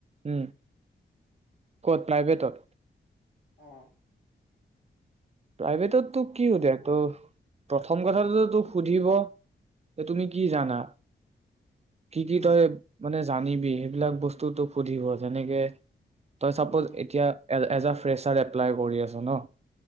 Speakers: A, on the right; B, on the left.
A: উম ক'ত প্ৰাইভেতত
B: আহ
A: প্ৰাইভেটত তো কি হুধে প্ৰথম কথাটোত তোক সুধিব যে তুমি কি জানা কি কি
B: উম
A: তই মানে জানিবি সেইবিলাক বস্তুতটো সুধিব যেনেকে তই চাপ'জ
B: উম
A: এতিয়া এজ ফ্ৰেছচাৰ এপ্লাই কৰি আছ ন